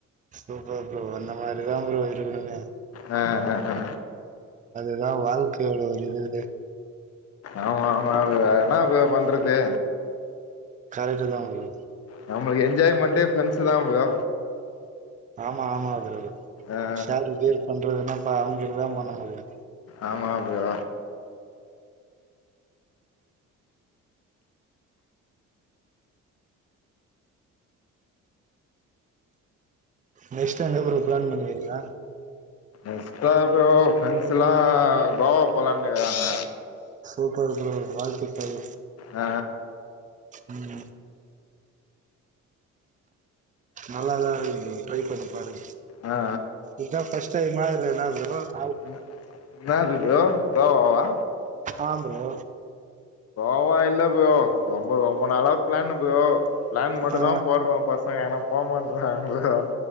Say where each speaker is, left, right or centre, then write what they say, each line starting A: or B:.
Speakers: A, on the right; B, on the left.
A: சூப்பர் ஃப்ரோ அந்த மாரிதா ஃப்ரோ இருக்கணுமே
B: அ அ அ
A: அதுதா வாழ்க்கையோட ஒரு இதுவே
B: ஆமா ஆமா அது என்ன ப பண்றது
A: கரெக்ட்டுதா ஃப்ரோ
B: நம்மளுக்கு என்ஜாய்மெண்ட்டே ஃப்ரெண்ட்ஸ்தா ப்ரோ
A: ஆமா ஆமா ப்ரோ
B: ஆ
A: ஷேரு கீரு பண்றதுன்னா ப்ப அவங்கிட்டதா பண்ண முடியு
B: ஆமா ப்ரோ
A: நெக்ஸ்ட்டு எங்க ப்ரோ பிளான் பண்ணிருக்கீங்ளா?
B: நெக்ஸ்டா ப்ரோ ஃப்ரெண்ட்ஸ் எல்லா கோவா போலான்னு இருக்குறாங்க
A: ஓகே ஓகே ப்ரோ வாழ்த்துக்கள்
B: ஆ
A: ம் நல்லாதா இருக்கு ப்ரோ ட்ரை பண்ணி பாருங்க
B: ஆ ஆ
A: இதா ஃபஸ்ட் டைமா இல்ல என்னா ப்ரோ இல்ல
B: என்ன என்னாது ப்ரோ கோவாவா?
A: ஆ ப்ரோ
B: கோவா இல்ல ப்ரோ ரொம்ப ரொம்ப நாளா பிளானு ப்ரோ பிளான் மட்டுந்தா
A: ஆ
B: போடுறோ பசங்க ஏன்னா போமாட்றாங்க ப்ரோ